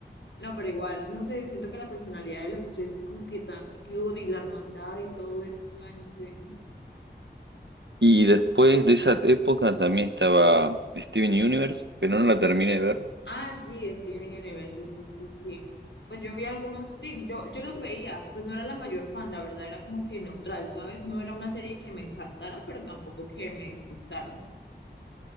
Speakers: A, on the left; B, on the right.
A: no, pero igual, no sé, siento que la personalidad de los tres es como que tan cute y la hermandad y todo esto, ay, no sé.
B: Y después de esa época también estaba Steven Universe, pero no la terminé de ver
A: Ah, sí, Steven Universe, sí, sí, sí, sí, sí. Pues yo vi algunos, sí, yo, yo los veía, pues no era la mayor fan, la verdad, era como que neutral, ¿sabes? No era una serie que me encantara, pero tampoco que me disgustara.